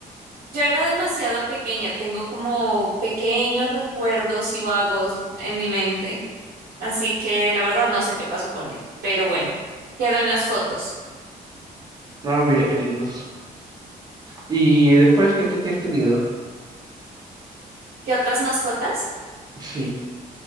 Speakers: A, on the right; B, on the right.
A: Yo era demasiado pequeña, tengo como pequeños recuerdos y vagos en mi mente, así que la verdad no sé qué pasó con él, pero bueno, quedó en las fotos.
B: No, mira qué lindos. ¿Y después qué, te- qué has tenido?
A: ¿Qué otras mascotas?
B: Sí.